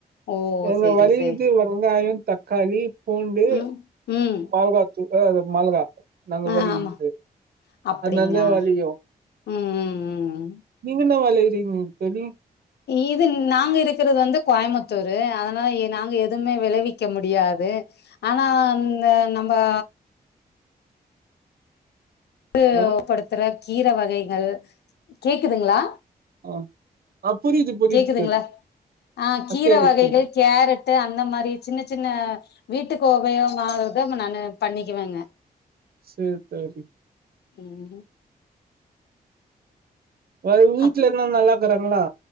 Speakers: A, on the left; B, on the right.
A: ஓ
B: அங்க
A: செரி
B: வெலயுது
A: செரி
B: வெங்காயொ தக்காளி பூண்டு
A: ம் ம்
B: மொகாதூள் ஏ அது மொளகா நாங்க
A: ஆ
B: வரிவித்து
A: ஆமா அப்டிங்களா
B: அது நல்கா வேலக்கி ஆவு
A: ம் ம் ம்
B: நீங்க என்ன வேல சேரிங் தோழி
A: இது நாங்க இருக்குறது வந்து கோயமுத்தூரு அதனால இ நாங்க எதுவ்மே வெளைவிக்க முடியாது ஆனா அந்த நம் பா து
B: ஹலோ
A: படுத்துற கீரவகைகள் கேக்குதுங்ளா
B: ஆ ஆ புரியுது புரியுது
A: கேக்குதுங்ளா
B: தோழி
A: அ
B: ஆ
A: கீர
B: கேக்குது
A: வகைகள்
B: கேக்குது
A: கேரட் அந்த மாரி சின்ன சின்ன வீட்டுக்கு ஒபயோக்மானது இப் நானு பண்ணிக்குவேங்க
B: சேர் தோழி
A: ம்
B: அது வீட்ல
A: அப்
B: எல்லா நல்லாக்குறாங்ளா